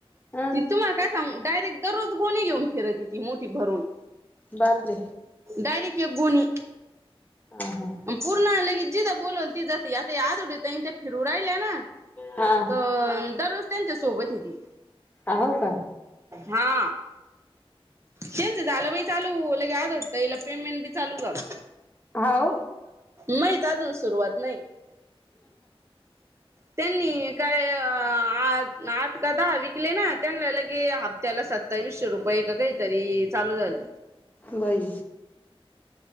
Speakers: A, on the left; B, on the right.
A: अ
B: ती तुम्हाला काय सांगू डायरेक्ट दररोज गोणी घेऊन फिरतयती मोठी भरून.
A: बापरे.
B: डायरेक्ट एक गोणी
A: हम्म हम्म.
B: पूर्ण लगे जिथ बोलल तिथं जाती आता हाडुदे ताईन ते फिरू राहिल्या ना.
A: हा हा
B: अ दररोज त्यांच्या सोबत हे ती.
A: आ हो का?
B: हा त्याचं झालं बाई चालू लगेच हाडुदे ताईंना पेमेंट बी चालू झालं.
A: हाव
B: माझी तर अजून सुरुवात नाही. त्यांनी काय अ आठ का दहा विकले ना त्यांना लगे हाफ त्याला सत्तावीसशे रुपये का काहीतरी चालू झाले.
A: बाई